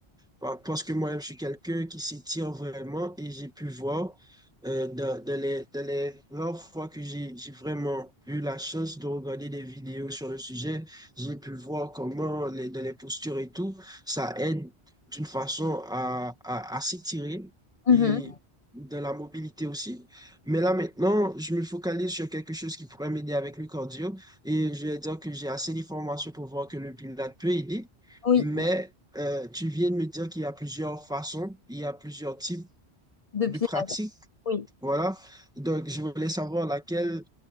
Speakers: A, in the centre; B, on the left.
A: par- Parce que moi-même, je suis quelqu'un qui s'étire vraiment et j'ai pu voir euh, dans, dans les, dans les rares fois que j'ai j'ai vraiment eu la chance de regarder des vidéos sur le sujet, j'ai pu voir comment les, dans les postures et tout, ça aide d'une façon à, à, à s'étirer
B: Mhm.
A: et de la mobilité aussi. Mais là maintenant, je me focalise sur quelque chose qui pourrait m'aider avec le cardio et je vais dire que j'ai assez d'informations pour voir que le pilote peut aider.
B: Oui,
A: Mais euh, tu viens de me dire qu'il y a plusieurs façons, il y a plusieurs types
B: de
A: de
B: Pilates.
A: pratiques,
B: Oui.
A: voilà. Donc, je voulais savoir laquelle